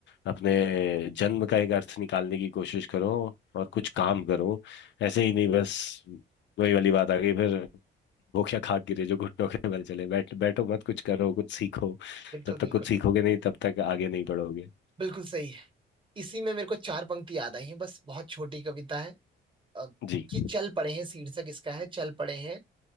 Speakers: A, on the left; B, on the right.
A: अपने जन्म का एक अर्थ निकालने की कोशिश करो और कुछ काम करो ऐसे ही नहीं बस वही वाली बात आ गई फिर भूखे खाक गिरे जो घुटनों के बल चले बैठ बैठो मत कुछ करो कुछ सीखो
B: बिल्कुल
A: जब तक
B: बिल्कुल
A: कुछ सीखोगे नहीं तब तक आगे नहीं बढ़ोगे
B: बिल्कुल सही इसी में मेरे को चार पंक्ति याद आई हैं बस बहुत छोटी कविता है अ,
A: जी
B: कि चल पड़े हैं शीर्षक इसका है चल पड़े हैं